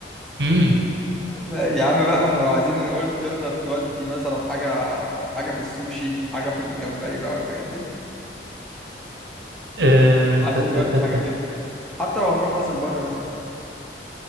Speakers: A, on the right (about 65°); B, in the centre.
A: امم
B: يا عم بقى ما احنا لو عايزين قلت لنا تودي مثلا حاجة حاجة في السوشي حاجة في الجمبري بقى والحاجات دي
A: آه،
B: عايزين
A: تا- تا-
B: نودي
A: تا-
B: حاجة
A: تا.
B: كده حتى لو هنروح راس البر مثلا